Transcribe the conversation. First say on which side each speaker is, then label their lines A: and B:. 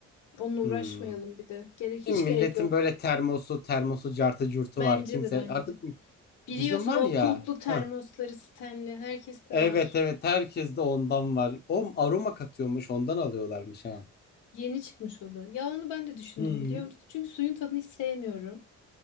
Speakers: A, on the left; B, on the left.
A: Onunla uğraşmayalım
B: Hmm.
A: bir de. Gerek
B: Değil
A: hiç
B: mi? Milletin
A: gerek yok.
B: böyle termosu, termosu, cartı curtu
A: Bence
B: var. Kimse
A: de bence
B: artık
A: de. Biliyorsun
B: bizim var
A: o
B: ya.
A: kulplu termosları
B: Heh.
A: Stanley herkeste
B: Evet,
A: var.
B: evet. Herkes de ondan var. O aroma katıyormuş, ondan alıyorlarmış ha.
A: Yeni çıkmış o da. Ya onu ben de düşündüm
B: Hı hı.
A: biliyor musun? Çünkü suyun tadını hiç sevmiyorum.